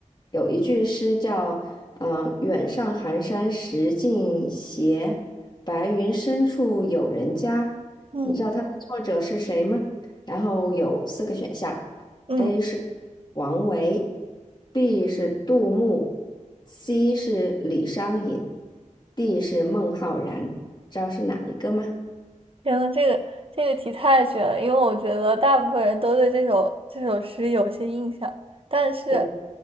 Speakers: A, on the left; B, on the right.
A: 有一句诗叫呃“远上寒山石径斜，白云深处有人家”。
B: 嗯
A: 你知道它的作者是谁吗？然后有四个选项：A
B: 嗯，
A: 是王维，B 是杜牧，C 是李商隐，D 是孟浩然。知道是哪一个吗？
B: 天呐，这个这个题太绝了，因为我觉得大部分人都对这首这首诗有些印象，但是
A: 有